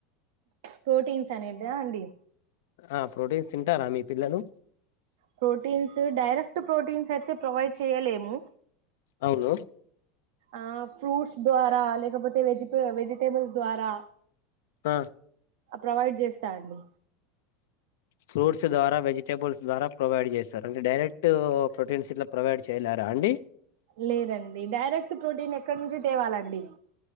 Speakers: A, on the right; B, on the left.
A: ప్రోటీన్స్ అనేదా అండి
B: ఆ ప్రోటీన్స్ తింటారా మీ పిల్లలు
A: ప్రోటీన్స్ డైరెక్ట్ ప్రోటీన్స్ అయితే ప్రొవైడ్ చేయలేము
B: అవును
A: ఆ ఫ్రూట్స్ ద్వారా లేకపోతే వెజిట వెజిటేబుల్స్ ద్వారా
B: ఆ
A: ప్రొవైడ్ చేస్తా అండి
B: ఫ చదరా వెజిటేబుల్స్ ద్వారా ప్రొవైడ్ చేస్తారు అంటే డైరెక్ట్ ప్రోటీన్స్ ఇట్లా ప్రొవైడ్ చేయలేరా అండి
A: లేదండి డైరెక్ట్ ప్రోటీన్ ఎక్కడ నుంచి తేవాలండి